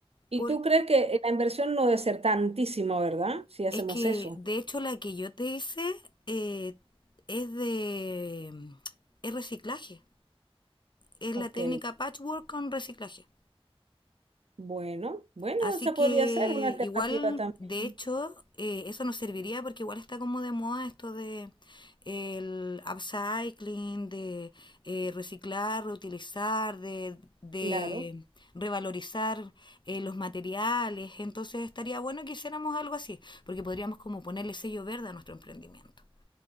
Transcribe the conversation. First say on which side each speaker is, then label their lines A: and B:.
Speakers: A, on the right (about 80°); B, on the left (about 50°).
A: ¿Y
B: Porque
A: tú crees que la inversión no debe ser tantísima, ¿verdad? Si hacemos
B: es que,
A: eso.
B: de hecho, la que yo te hice eh, es de es reciclaje. Es
A: Ok.
B: la técnica patchwork con reciclaje.
A: Bueno, bueno,
B: Así
A: esa
B: que
A: podría ser una alternativa
B: igual,
A: también.
B: de hecho, eh, eso nos serviría porque igual está como de moda esto de el upcycling, de eh, reciclar, reutilizar, de, de
A: Claro.
B: revalorizar eh, los materiales. Entonces estaría bueno que hiciéramos algo así, porque podríamos como ponerle sello verde a nuestro emprendimiento.